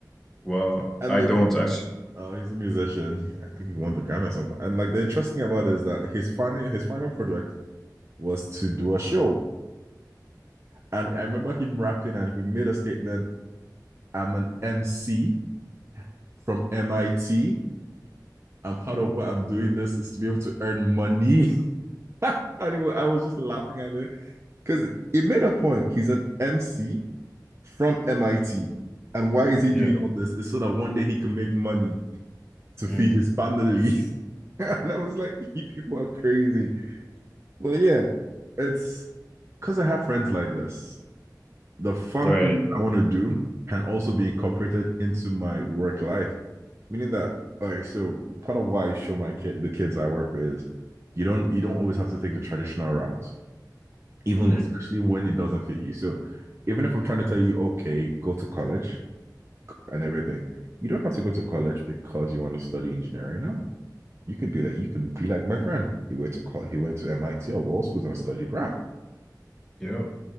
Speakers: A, in the centre; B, on the right.
A: well,
B: And
A: I
B: the
A: don't actually.
B: uh, he's a musician. I think he won the Grammy at some point. And like the interesting thing about it is that his final his final project was to do a show. And I remember him rapping and he made a statement, I'm an MC from MIT. And part
A: <laughs>
B: of what I'm doing this is to be able to earn money. <laughs> anyway, I was just laughing at it. Because it made a point. He's an MC from MIT. And why is he doing
A: Yeah.
B: all this? It's so that one day he can make money to
A: Mm.
B: feed his family. <laughs> and I was like, you people are crazy. But yeah, it's because I have friends like this. The fun
A: Right.
B: thing I want to do can also be incorporated into my work life, meaning that all right. So part of why I show my kid the kids I work with is you don't you don't always have to take the traditional route, even
A: Mm.
B: especially when it doesn't fit you. So even if I'm trying to tell you, okay, go to college, and everything. You don't have to go to college because you want to study engineering. No, you can be like you can be like my friend. He went to call, he went to MIT or all schools and studied rap.
A: Yeah.